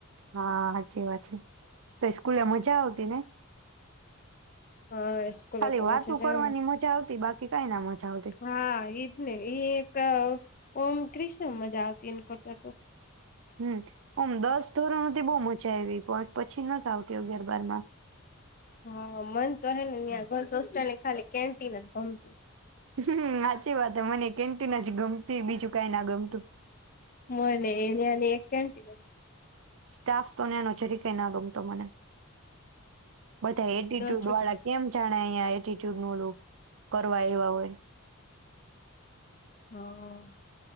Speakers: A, on the right; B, on the left.
A: હા હાચી વાત છે. તો સ્કૂલે મજા આવતી ને,
B: હા સ્કૂલે
A: ખાલી
B: તો
A: વાતો
B: મજા જ
A: કરવાની
B: આવે
A: મજા આવતી બાકી. કે કઈ ના. મજા આવતી
B: હા એને એ ઓમ કૃષ્ણ મજા આવતી એને કરતો.
A: હમ. ઓમ દસ ધોરણો થી બહુ મચા આઇવિ. પણ પછી ન જ આવતી અગિયાર બારમાં.
B: હા મન તો હે ને હોસ્ટેલ ખાલી કેન્ટીન જ ગમતી.
A: હમ સાચી વાત મને કેન્ટીન જ ગમતી બીજું કઈ ના ગમતી. તો
B: મોને એની એક ઘટી
A: સ્ટાફ તોને ન ઓચરી ક ના ગમતો મને. બધા એટીટ્યુડ
B: દસ રૂપિયા
A: વાળા કેમ જણાય. કરવાવા હોય.
B: હા.